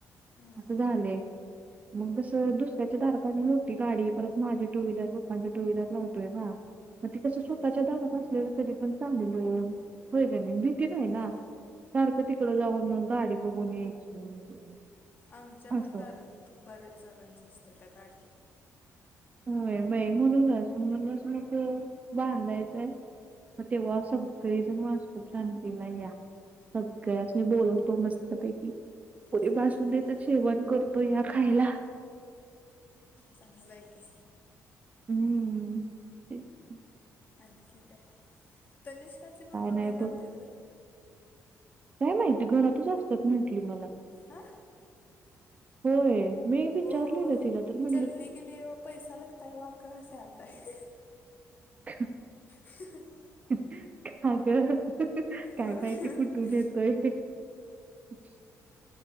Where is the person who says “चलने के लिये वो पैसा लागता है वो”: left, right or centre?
Left